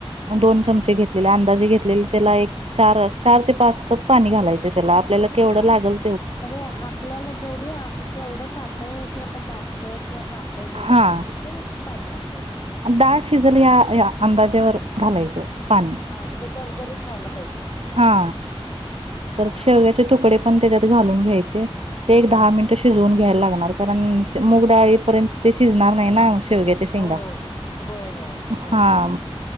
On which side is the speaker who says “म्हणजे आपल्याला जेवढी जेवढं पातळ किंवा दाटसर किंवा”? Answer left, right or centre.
Left